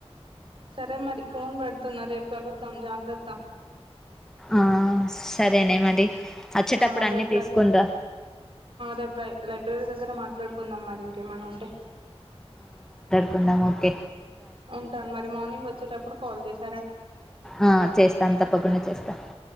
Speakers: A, on the right (about 55°); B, in the centre.
A: సరే మరి ఫోన్ పెడుతున్న రేపు కలుద్దాం జాగ్రత్త
B: ఆ సరేనే మరి వచ్చేటప్పుడు
A: ఆ
B: అన్ని
A: రేపు
B: తీసుకునిరా
A: లై రేపులై లైబ్రరీ దగ్గర మాట్లాడుకుందాం మల్ ఏమైన ఉంటే
B: కుందాము ఒకే
A: ఉంటా అ మ మార్నింగ్ వచ్చేటప్పుడు కాల్ చే
B: ఆ చేస్తాను తప్పకుండ చేస్తా